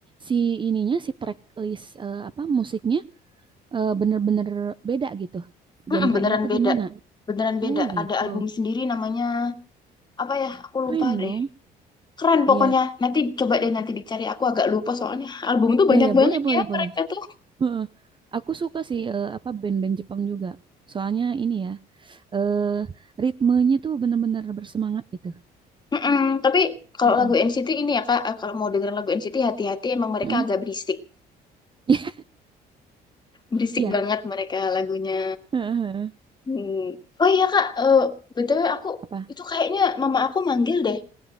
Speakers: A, on the right; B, on the left.
A: si ininya si track list eh, apa musiknya eh, bener-bener beda gitu.
B: Mm-mm,
A: Genre
B: beneran
A: nya apa
B: beda.
A: gimana?
B: Beneran
A: Oh
B: beda.
A: gitu.
B: Ada album sendiri namanya apa ya? Aku
A: Keren
B: lupa deh.
A: dong.
B: Keren
A: Iya,
B: pokoknya. Nanti coba deh nanti dicari. Aku agak lupa soalnya album tuh
A: iya
B: banyak
A: ya
B: banget
A: boleh boleh
B: ya
A: boleh.
B: mereka tuh.
A: Heeh. Aku suka sih eh, apa band-band Jepang juga. Soalnya ini ya, eh ritmenya tuh bener-bener bersemangat gitu.
B: Mm-mm. Tapi kalau
A: Mm-mm.
B: lagu NCT ini ya Kak, eh, kalau mau dengerin lagu NCT hati-hati emang mereka
A: Mm-mm.
B: agak berisik.
A: <laughs>
B: Berisik
A: Iya.
B: banget mereka lagunya.
A: Heeh.
B: Hmm. Oh iya Kak, eh, BTW aku
A: Apa
B: itu kayaknya mama aku manggil deh.